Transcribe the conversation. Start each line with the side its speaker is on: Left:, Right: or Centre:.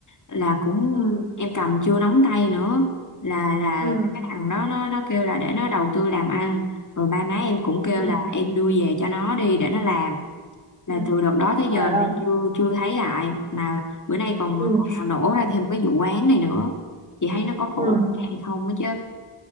Left: là cũng
Right: ừ
Left: em cầm chưa nóng tay nữa là là
Right: ừ
Left: cái thằng đó nó nó kêu là để nó đầu tư làm ăn rồi ba má em cũng kêu
Right: ừ
Left: là em đưa về cho nó đi để nó làm là
Right: Ừ.
Left: từ đợt đó tới
Right: Trời
Left: giờ là
Right: ơi.
Left: chưa chưa thấy lại mà bữa nay còn,
Right: Ừ.
Left: còn nổ ra thêm cái vụ án này nữa chị thấy nó có
Right: Ừ.
Left: khổ hay không á chứ